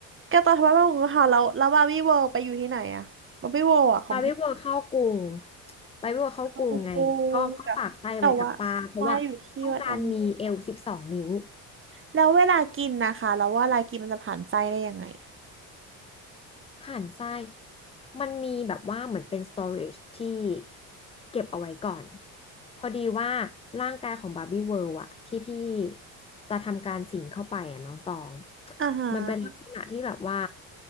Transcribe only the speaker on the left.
ไปวิเวอร์เข้ากรุงไปไม่เวอร์เข้ากรุงไงก็ก็ฝากไส้ไว้กับป้าเพราะว่าต้องการมีเอวสิบสองนิ้ว
ผ่านทรายมันมีแบบว่าเหมือนเป็น storage ที่เก็บเอาไว้ก่อนพอดีว่าร่างกายของบาร์บี้เวิลด์อะที่พี่จะทำการสิงเข้าไปอะน้องตอง
มันเป็นลักษณะที่แบบว่า